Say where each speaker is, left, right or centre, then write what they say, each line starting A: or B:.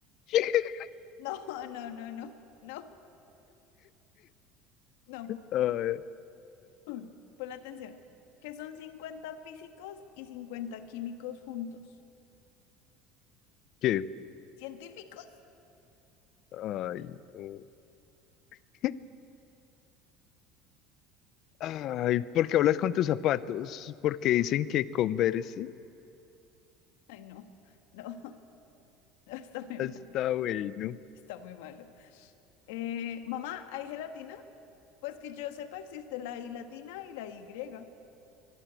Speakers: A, on the left; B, on the left.
A: <laughs>
B: No, <laughs> no, no, no, no, no.
A: Ah,
B: <clears throat> Ponle atención. Que son 50 físicos y 50 químicos juntos.
A: ¿Qué?
B: ¿Científicos?
A: Ay, no. <laughs> Ay, ¿por qué hablas con tus zapatos? Porque dicen que converse.
B: Ay, no, no, <laughs> no, está muy
A: Está
B: mal.
A: bueno.
B: Está muy malo. Eh, mamá, ¿hay gelatina? Pues que yo sepa, existe la I latina y la Y. <laughs>